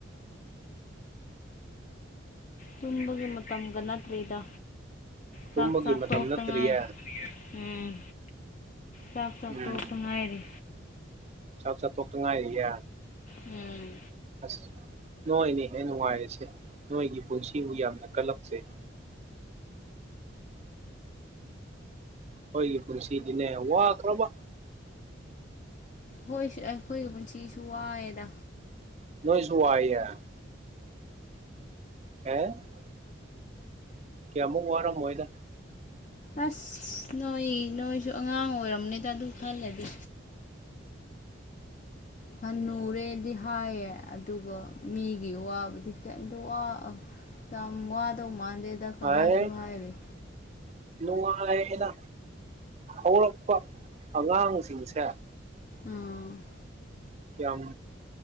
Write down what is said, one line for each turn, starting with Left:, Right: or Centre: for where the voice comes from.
Left: ꯇꯨꯝꯕꯒꯤ ꯃꯇꯝꯒ ꯅꯠꯇ꯭ꯔꯤꯗ
Right: ꯇꯨꯝꯕꯒꯤ
Left: ꯆꯥꯛ ꯆꯥ
Right: ꯃꯇꯝ
Left: ꯇꯣꯛꯇ
Right: ꯅꯠꯇ꯭ꯔꯤꯌꯦ
Left: ꯉꯥꯏꯔꯤ ꯎꯝ ꯆꯥꯛ ꯆꯥ
Right: ꯎꯝ
Left: ꯇꯣꯛꯇ ꯉꯥꯏꯔꯤ
Right: ꯆꯥꯛ ꯆꯥ ꯇꯣꯛꯇ ꯌꯥꯢꯔꯤꯌꯦ
Left: ꯎꯝ
Right: ꯑꯁ ꯅꯣꯏꯅꯦ ꯍꯦ ꯅꯨꯡꯉꯥꯏꯔꯤꯁꯦ ꯅꯣꯏꯒꯤ ꯄꯨꯟꯁꯤꯕꯨ ꯌꯥꯝꯅ ꯀꯜꯂꯛꯆꯩ ꯈꯣꯏꯒꯤ ꯄꯨꯟꯁꯤꯗꯤꯅꯦ ꯋꯥꯈ꯭ꯔꯕ
Left: ꯍꯣꯏꯁꯦ ꯑꯩꯈꯣꯏꯒꯤ ꯄꯨꯟꯁꯤꯁꯨ ꯋꯥꯏꯑꯦꯗ
Right: ꯅꯣꯏꯁꯨ‌ ꯋꯥꯏꯌꯦ <inaudible> ꯀꯌꯥꯃꯨꯛ ꯋꯥꯔꯝꯃꯣꯢꯗ
Left: ꯑꯁ ꯅꯣꯏ ꯅꯣꯏꯁꯨ ꯑꯉꯥꯡ ꯑꯣꯏꯔꯝꯅꯤꯗ ꯑꯗꯨ ꯈꯜꯂꯗꯤ ꯈꯟꯅꯨꯔꯦꯗꯤ ꯍꯥꯏꯌꯦ ꯑꯗꯨꯒ ꯃꯤꯒꯤ ꯋꯥꯕꯗꯤ ꯀꯔꯤꯝꯇ ꯃꯥꯟꯗꯦꯗ ꯋꯥꯗꯧ ꯃꯥꯟꯗꯦꯗ
Right: <inaudible>
Left: ꯍꯥꯏꯁꯨ ꯍꯥꯏꯔꯤ
Right: ꯅꯨꯡꯉꯥꯏꯑꯦꯅ ꯍꯧꯔꯛꯄ ꯑꯉꯥꯡꯁꯤꯡꯁꯦ
Left: ꯑꯝ
Right: ꯌꯥꯝ